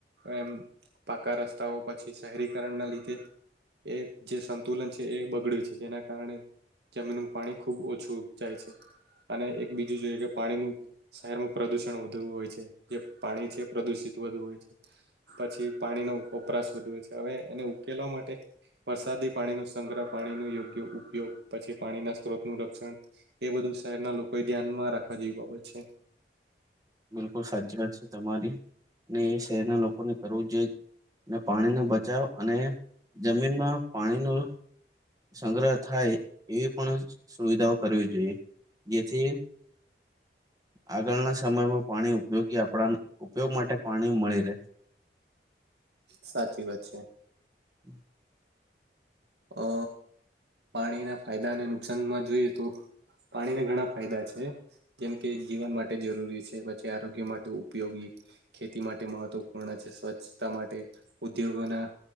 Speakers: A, on the right (about 75°); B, on the right (about 20°).
A: એમ પાકા રસ્તાઓ પછી શહેરીકરણના લીધે એ જે સંતુલન છે એ બગડ્યું છે જેના કારણે જમીનમાં પાણી ખુબ ઓછું જાય છે અને એક બીજું જોઈએ કે પાણીનું શહેરમાં પ્રદુષણ વધુ હોય છે જે પાણી છે પ્રદુષિત વધુ હોય છે. પછી પાણીનો વપરાશ વધે છે હવે એને ઉકેલવા માટે વરસાદી પાણી ન સંગ્રહ પાણી ન યોગ્ય ઉપયોગ પછી પાણીના સ્ત્રોતનું રક્ષણ એ બધું શહેરના લોકો એ ધ્યાનમાં રાખવા જેવી બાબત છે.
B: બિલકુલ સાચી વાત છે તમારી ને એ શહેરના લોકોને રોજજ ને પાણીનો બચાવ અને જમીનમાં પાણીનું સંગ્રહ થાય એવી પણ સુવિધાઓ કરવી જોઈએ જેથી આગળના સમયમાં પાણી ઉપયોગી આપણાને ઉપયોગ માટે પાણી મળી રહે.
A: સાચી વાત છે.
B: <inaudible>
A: અ પાણીના ફાયદાને નુકસાનમાં જોઈએ તો પાણીને ઘણા ફાયદા છે. જેમ કે જીવન માટે જરૂરી છે પછી આરોગ્ય માટે ઉપયોગી ખેતી માટે મહત્વપૂર્ણ છે સ્વચ્છતા માટે ઉદ્યોગોના